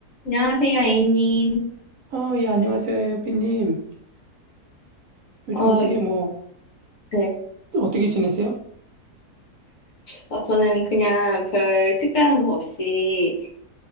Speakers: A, on the left; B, on the right.
A: 안녕하세요, A님.
B: 아, 예, 안녕하세요, 에어비님. 요즘
A: 어,
B: 어떻게 뭐,
A: 네.
B: 어떻게 지내세요?
A: 어, 저는 그냥 별 특별한 거 없이